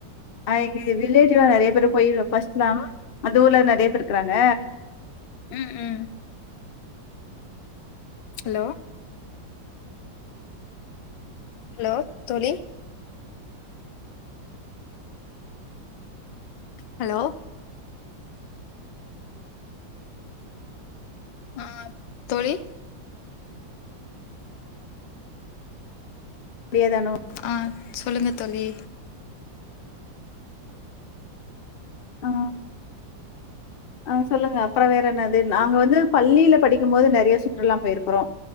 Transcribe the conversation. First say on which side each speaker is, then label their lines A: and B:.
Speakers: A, on the left (about 60°); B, on the left (about 75°).
A: எங்க ரிலேட்டிவ்ல நெறைய பேரு பேசலாம அந்த ஊர்ல நெறைய பேருக்குறாங்க
B: ம் ம் ஹலோ ஹலோ தோழி ஹலோ ஆ தோழி
A: முடியாதானு
B: ஆ சொல்லுங்க தோழி
A: ஆ ஆ சொல்லுங்க அப்புறோ வேற என்னது நாங்க வந்து பள்ளியில படிக்கும்போது நெறைய சுற்றுல்லா போயிருக்குறோ